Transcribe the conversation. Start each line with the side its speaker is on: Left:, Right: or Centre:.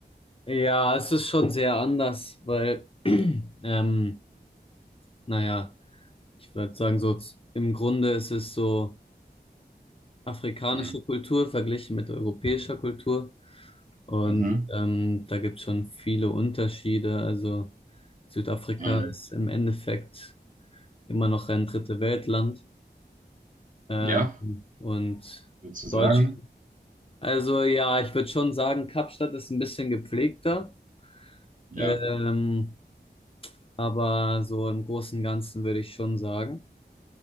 Left: ja, es ist schon sehr anders, weil, <clears throat> ähm, naja, ich würde sagen, so z- im Grunde ist es so afrikanische
Right: hm,
Left: Kultur verglichen mit europäischer Kultur. Und
Right: mhm,
Left: ähm, da gibt es schon viele Unterschiede. Also Südafrika
Right: hm,
Left: ist im Endeffekt immer noch ein dritte Weltland. Ähm,
Right: ja,
Left: und
Right: würdest du sagen?
Left: Deutschland. Also ja, ich würde schon sagen, Kapstadt ist ein bisschen gepflegter.
Right: Ja.
Left: Ähm, aber so im Großen und Ganzen würde ich schon sagen.